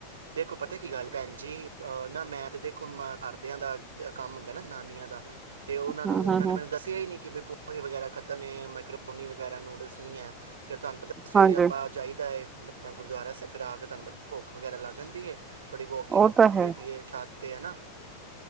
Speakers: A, on the right; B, on the right.
A: ਦੇਖੋ ਪਤਾ ਕੀ ਗੱਲ, ਭੈਣ ਜੀ ਅਹ ਨਾ ਮੈਂ ਤੇ ਦੇਖੋ ਘਰਦਿਆਂ ਦਾ ਕੰਮ ਹੁੰਦਾ ਨਾ, ਜਨਾਨੀਆਂ ਦਾ ਤੇ ਉਹਨਾਂ
B: ਹੂੰ
A: ਨੂੰ,
B: ਹੂੰ
A: ਉਹਨਾਂ
B: ਹੂੰ
A: ਨੇ ਮੈਨੂੰ ਦੱਸਿਆ ਹੀ ਨਹੀਂ, ਕਿ ਪ ਹੇ ਵਗੈਰਾ ਖਤਮ ਹੈ, ਮੈਕਰੋੋਨੀ ਵਗੈਰਾ ਨੂਡਲਸ ਨਹੀਂ ਐ, ਫ਼ਿਰ ਤੁਹਾਨੂੰ ਪਤਾ ਸਵੇਰੇ
B: ਹਾਂਜੀ
A: ਆਪਾਂ ਜਾਈਦਾ ਏ, ਆਪਣਾ ਗੁਰਦੁਆਰਾ ਸਾਹਿਬ ਫਿਰ ਆਕੇ, ਤੁਹਾਨੂੰ ਪਤਾ ਭੁੱਖ ਵਗੈਰਾ ਲਗ ਜਾਂਦੀ ਏ ਥੋੜੀ ਵੋਕਿੰਗ
B: ਉਹ
A: ਕਰ
B: ਤਾਂ ਹੈ
A: ਲਈਦੀ ਏ, ਛੱਤ ਤੇ ਹੈਨਾ।